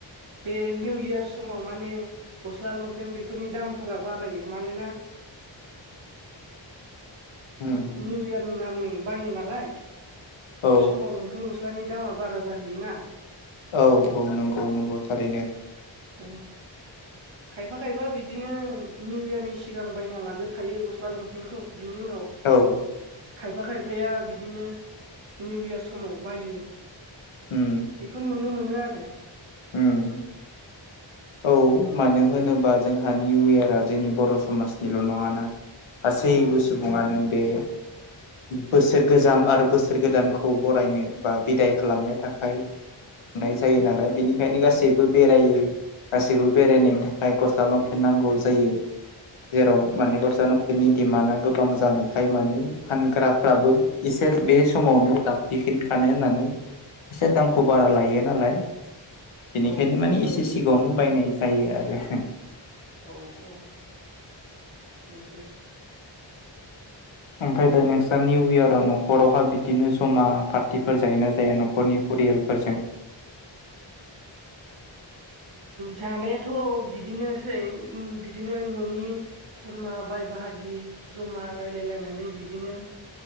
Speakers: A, on the right (about 80°); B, on the left (about 80°).
A: बे निउ इयार समाव माने गस्ला लंपेन्ट बेफोरनि दामफोरा बिदिनो
B: उम
A: निउ इयारनि नामै बायो नालाय बे
B: औ
A: समाव गस्लानि दामा बारा जाहैयोना ।
B: औ औ नंगौ नंगौ थारैनो
A: अ खायफा खायफा बिदिनो निउ इयारनि सिगां बायना लाग्रोखायो गस्ला लंपेन्टखौ बिनि उनाव
B: औ
A: खायफा खायफाया बिदिनो निउ इयार समाव बायो
B: उम
A: बेखौ नुनो मोनो आरो
B: उम । औ मानो होनोबा जोंहा निउ इयारा जोंनि बर' समाजनिल' नङा ना? गासैबो
A: औ
B: सुबुङानो बे बोसोर गोजाम आरो बोसोर गोदानखौ बरायनो बा बिदाय खालामनो थाखाय खालामनाय जायो नालाय बेनिखायनो गासैबो बेरायो गासैबो बेरायनायनि थाखाय गस्ला लंफेन नांगौ जायो दिडमान्आ
A: औ
B: गोबां जानायखाय माने फानग्राफ्राबो एसे बे समावनो लाब दिखां होननानै एसे दामखौ बारा लायो नालाय । बेनिखायनो
A: औ
B: माने एसे सिगाङावनो बायनाय जायो आरो
A: औ औ नंगौ ।
B: ओमफ्रायलाय नोंस्रा निउ इयाराव न'खर न'खरावहा बिदिनो ज'मा पार्टिफोर जायोना जाया न'खरनि फरियालफोरजों? <inaudible>
A: जानायाथ' बिदिनोसै बिदिनो न'नि खुरमा बाय बाहागि जमा रायलायलायनानै बिदिनो